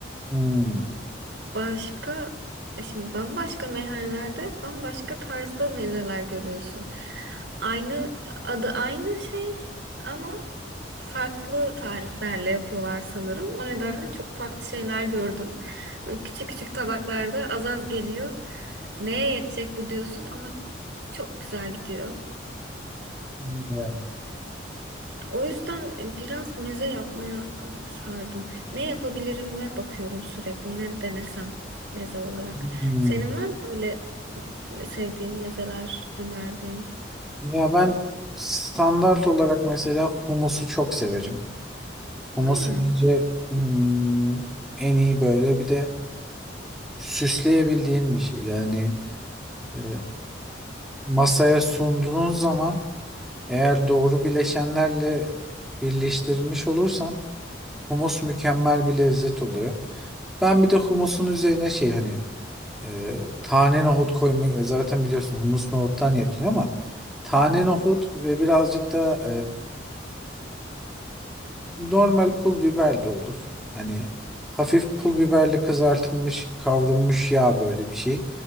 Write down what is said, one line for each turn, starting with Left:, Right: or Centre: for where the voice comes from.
Centre: Hmm.
Right: Başka e, şimdi bambaşka meyhanelerde bambaşka tarzda mezeler görüyorsun. Aynı adı aynı şey ama farklı tariflerle yapıyorlar sanırım. O nedenle çok farklı şeyler gördüm. Böyle küçük küçük tabaklarda az az geliyor. Neye yetecek bu diyorsun ama çok güzel gidiyor.
Centre: Evet.
Right: O yüzden e, biraz meze yapmaya e, sardım. Ne yapabilirim'e bakıyorum sürekli. Ne denesem meze olarak.
Centre: Hmm.
Right: Senin var mı böyle e, sevdiğin mezeler önerdiğin?
Centre: Ya ben standart olarak mesela humusu çok severim. Humus
Right: Hmm.
Centre: bence hmm, en iyi böyle bir de süsleyebildiğim bir şey. Yani e, masaya sunduğun zaman eğer doğru bileşenlerle birleştirmiş olursan humus mükemmel bir lezzet oluyor. Ben bir de humusun üzerine şey hani E, tane nohut koymayı zaten biliyorsun humus nohuttan yapılıyor ama tane
Right: Hı hı.
Centre: nohut ve birazcık da e, normal pul biber de olur. Hani hafif pul biberle kızartılmış kavrulmuş yağ böyle bir şey.